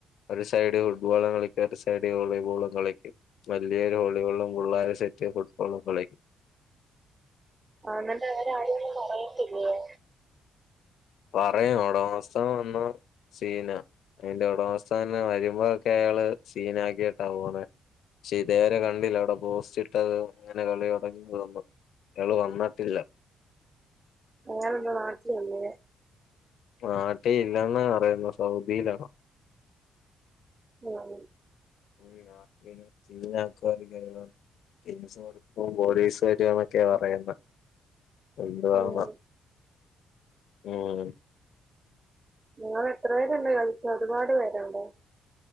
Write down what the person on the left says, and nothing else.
ഒരു സൈഡി ഫുട്ബോള് കളിക്കാം ഒരു സൈഡി വോളിബോളും കളിക്കും വലിയൊരു <unintelligible> പുള്ളാര് സെറ്റ് ഫുട്ബോളും കളിക്കും.
പറയും ഒടമസ്ഥൻ വന്നാ. സീനാ അതിന്റെ ഉടമസ്ഥൻ ന്നെ വരുമ്പോക്കെ അയാള് സീനാക്കീട്ടാ പോണെ. ക്ഷേ ഇതേവരെ കണ്ടില്ല അവിടെ പോസ്റ്റ് ഇട്ടതും അങ്ങനെ കളി തൊടങ്ങിയതൊന്നും. ങ്ങള് വന്നട്ടില്ല.
നാട്ടീ ഇല്ലെന്നാ പറയുന്ന സൗദിയിലാണ്.
ഒരു രാത്രി സീൻ ആക്കും <unintelligible> കേസ് കൊടുക്കും പോലീസ് വരും എന്നൊക്കെയ പറയുന്ന. എന്തുവാകുവാ
ഉം.